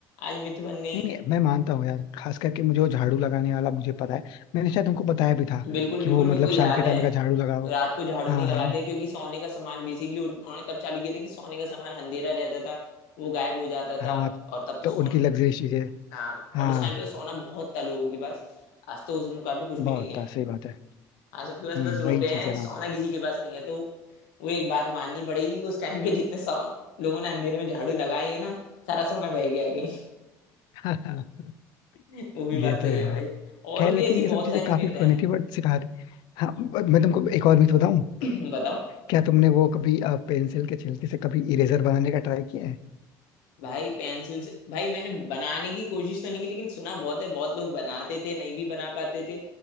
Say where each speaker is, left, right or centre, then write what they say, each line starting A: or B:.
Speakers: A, on the left (about 85°); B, on the left (about 70°).
A: आज मिथ बन गई
B: नहीं
A: है
B: नहीं मैं मानता हूँ यार खास करके मुझे वो झाड़ू लगाने वाला मुझे पता है मैंने शायद उनको बताया भी था
A: बिल्कुल बिल्कुल
B: कि वो मतलब
A: मेरे को याद
B: शाम के टाइम
A: है
B: अगर झाड़ू लगाओ
A: रात को झाड़ू
B: हाँ
A: नहीं लगाते
B: हाँ
A: हैं क्योंकि सोने का सामान बेसिकली उन्होंने तब चालू किया था कि सोने का सामान अंधेरा रहता था वो गायब हो जाता
B: हाँ
A: था और तब तो
B: तो
A: सोने
B: उनकी लग्जरियस चीजें
A: हाँ
B: हाँ
A: और उस टाइम पे तो सोना बहुत था लोगों के पास आज तो उस मुकाम पे कुछ
B: बहुत
A: भी नहीं है
B: था सही बात है
A: आज सबके पास
B: हम्म
A: बस रुपए
B: वही
A: हैं
B: चीज है
A: सोना
B: ना
A: किसी के पास नहीं है तो वो एक बात माननी पड़ेगी उस टाइम पे जितने सौ लोगों ने अंधेरे में झाड़ू लगाई है ना सारा सोना बह गया है कहीं
B: <laughs>
A: <laughs> वो भी
B: ये
A: बात सही
B: तो है
A: है
B: यार
A: भाई और
B: खैर
A: भी
B: लेकिन
A: ऐसी
B: ये सब
A: बहुत
B: चीजें
A: सारी
B: काफी
A: मिथ है
B: फनी थी बट सिखा दी हाँ but मैं तुमको एक और मिथ बताऊं
A: <clears throat> बताओ
B: क्या तुमने वो कभी पेंसिल के छिलके से कभी इरेजर बनाने का ट्राई किया है
A: भाई पेंसिल से भाई मैंने बनाने की कोशिश तो नहीं की लेकिन सुना बहुत है बहुत लोग बनाते थे नहीं भी बना पाते थे